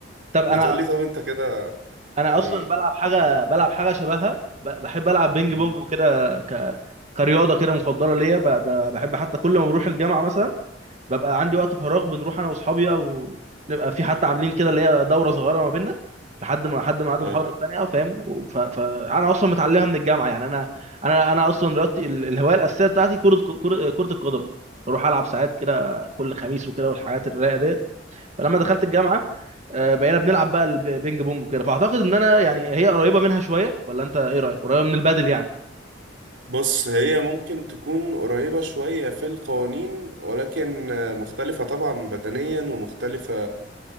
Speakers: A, on the right (about 40°); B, on the right (about 75°).
A: طب انا
B: ما تقولي طب انت كده
A: انا
B: يعني
A: اصلا بلعب حاجه بلعب حاجه شبهها ب- بحب العب بينج
B: مم.
A: بونج وكده ك كرياضه كده مفضله ليا ب- ب- بحب حتى كل ما بروح الجامعه مثلا ببقى عندي وقت فراغ بنروح انا واصحابي بقى ونبقى في حتى عاملين كده اللي هي دوره صغيره ما بيننا لحد ما لحد ما عاد
B: أيوة.
A: المحاضره الثانيه فاهم فانا اصلا متعلمها من الجامعه يعني انا انا انا اصلا رياضتي ال- الهوايه الاساسيه بتاعتي كره كره كرة القدم بروح العب ساعات كده كل خميس وكده والحاجات الرايقه ديت فلما دخلت الجامعه آه، بقينا بنلعب بقى البينج بونج وكده فاعتقد ان انا يعني هي قريبه منها شويه ولا انت ايه رايك قريبه من البادل يعني
B: بص هي ممكن تكون قريبة شوية في القوانين ولكن آه، مختلفة طبعا بدنيا ومختلفة